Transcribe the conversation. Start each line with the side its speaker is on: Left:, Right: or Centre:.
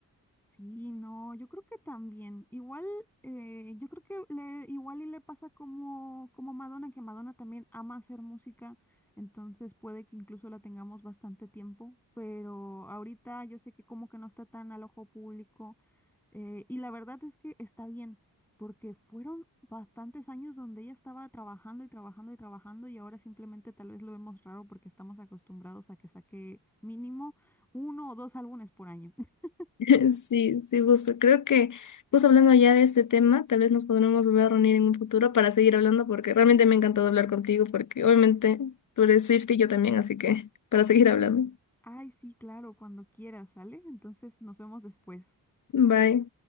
Centre: Sí, no, yo creo que también. Igual, eh, yo creo que le, igual y le pasa como, como Madonna, que Madonna también ama hacer música, entonces puede que incluso la tengamos bastante tiempo, pero ahorita yo sé que como que no está tan al ojo público, Eh, y la verdad es que está bien, porque fueron bastantes años donde ella estaba trabajando y trabajando y trabajando y ahora simplemente tal vez lo vemos raro porque estamos acostumbrados a que saque mínimo uno o dos álbumes por año. <laughs>
Left: <laughs> Sí, sí, justo. Creo que, pues hablando ya de este tema, tal vez nos podremos volver a reunir en un futuro para seguir hablando, porque realmente me ha encantado hablar contigo, porque obviamente tú eres Swiftie y yo también, así que para seguir hablando.
Centre: Ay, sí, claro, cuando quieras, ¿sale? Entonces nos vemos después.
Left: Bye.